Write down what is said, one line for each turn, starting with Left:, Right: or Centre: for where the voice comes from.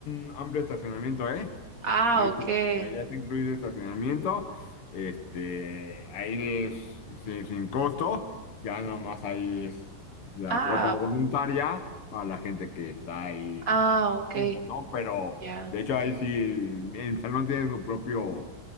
Left: un amplio estacionamiento, ¿eh?
Right: Ah,
Left: Ahí
Right: ok.
Left: sí, ya, ya está incluido estacionamiento. Este, ahí es sin, sin costo. Ya nomás ahí es la
Right: Ah,
Left: cuota voluntaria para la gente que está ahí,
Right: ah, ok.
Left: haciendo, ¿no? Pero
Right: Ya.
Left: de hecho ahí sí, el, el salón tiene su propio